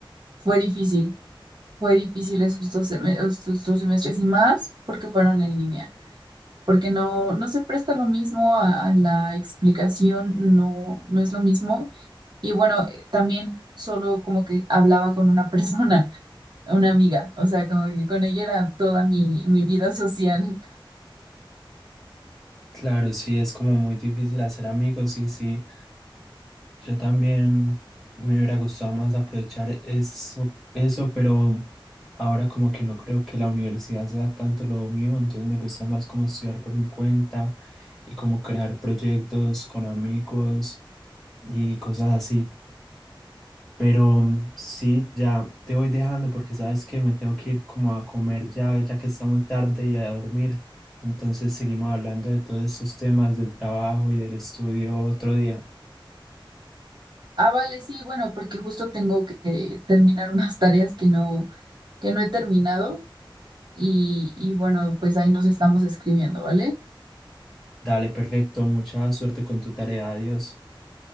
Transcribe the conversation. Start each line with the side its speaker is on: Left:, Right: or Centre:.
Right: Fue difícil, fue difícil esos dos, seme- esos dos semestres y más porque fueron en línea. porque no, no se presta lo mismo a, a la explicación, no, no es lo mismo. Y bueno, eh, también solo como que hablaba con una persona, <laughs> una amiga, o sea, como que con ella era toda mi, mi vida social.
Centre: Claro, sí, es como muy difícil hacer amigos y sí, Yo también me hubiera gustado más aprovechar eso, eso, pero ahora como que no creo que la universidad sea tanto lo mío, entonces me gusta más como estudiar por mi cuenta y como crear proyectos con amigos y cosas así. Pero mm, sí, ya te voy dejando porque sabes que me tengo que ir como a comer ya, ya que está muy tarde y a dormir. Entonces seguimos hablando de todos estos temas del trabajo y del estudio otro día.
Right: Ah, vale, sí, bueno, porque justo tengo que terminar <laughs> unas tareas que no, que no he terminado y, y bueno, pues ahí nos estamos escribiendo, ¿vale?
Centre: Dale, perfecto. Mucha suerte con tu tarea. Adiós.